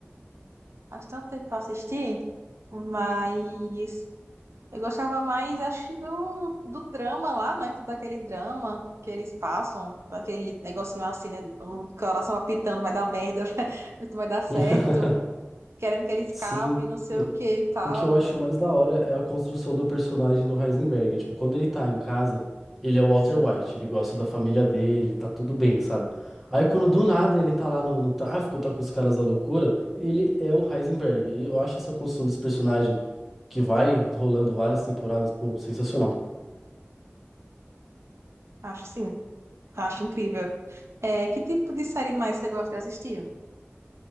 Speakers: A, on the right (about 80°); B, in the centre.
A: Faz tanto tempo que eu assisti, mas eu gostava mais, acho, que do, do drama lá, né? Todo aquele drama que eles passam, aquele negocinho assim, né? O coração apitando, vai dar merda, <laughs> vai vai dar certo,
B: <laughs>
A: querendo que ele escape,
B: Sim.
A: não sei o que e tal.
B: O que eu acho mais da hora é a construção do personagem do Heisenberg. Tipo, quando ele tá em casa, ele é o Walter
A: Sim,
B: White, ele gosta da família dele, tá tudo bem, sabe? Aí quando do nada ele tá lá no, no tráfico, tá com os caras da loucura, ele é o Heisenberg. E eu acho essa construção desse personagem que vai rolando várias temporadas, pô, sensacional.
A: acho sim, acho incrível. É, que tipo de série mais você gosta de assistir?